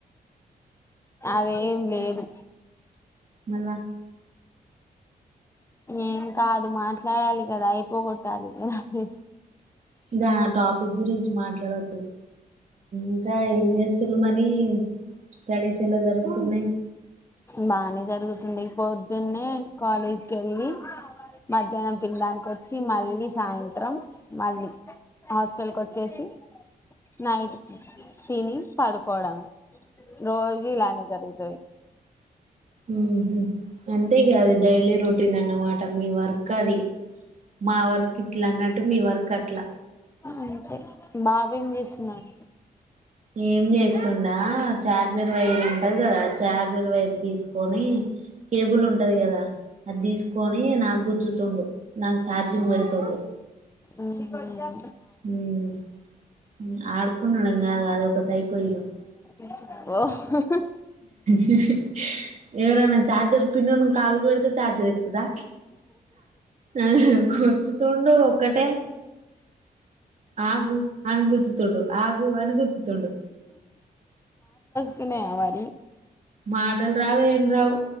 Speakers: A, on the left (about 15°); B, on the right (about 50°).
A: అదేం లేదు
B: మళ్ళ
A: ఏం కాదు మాట్లాడాలి కదా అయిపోగొట్టాలి ఆ చేసి
B: దా ఆ టాపిక్ గురించి మాట్లాడొద్దు ఇంకా ఏం చేస్తులు మరి స్టడీస్ ఎలా జరుగుతున్నాయి
A: బానే జరుగుతుంది పొద్దున్నే కాలేజ్కి వెళ్ళి మధ్యాహ్నం తినడానికి వచ్చి మళ్ళీ సాయంత్రం మళ్ళీ హాస్టల్ కి వచ్చేసి నైట్ తిని పడుకోవడం రోజు ఇలానే జరుగుతుంది
B: ఉ అంతేకాదు డైలీ రొటీన్ అన్నమాట మీ వర్క్ అది మా వరకు ఇట్లా అన్నట్టు మీ వరకు అట్లా
A: అంతే బాబు ఏం చేస్తున్నడు
B: ఏం చేస్తుండా చార్జర్ వైరు కదు కదా ఛార్జర్ వైరు తీసుకొని కేబుల్ ఉంటాది కదా అది తీసుకొని నాకు గుచ్చుతుండు నాకు చార్జింగ్ పెడతుండు
A: ఈ మధ్య
B: ఉ ఆడుకుండడం కాదు అదొక సైకోయిజం
A: ఓహొ
B: <inaudible> ఎవరనా చార్జర్ పిన్నును కాలుకు వెడుతు ఛార్జర్ ఎక్కుతాదా ఆహా గుంచుతుండు ఒక్కటే ఆగు అణగుచ్చుతుండు ఆగు అనీ గుచ్చుతుండు
A: తిన్నావా మరి
B: మాటలు రావు ఏం రావు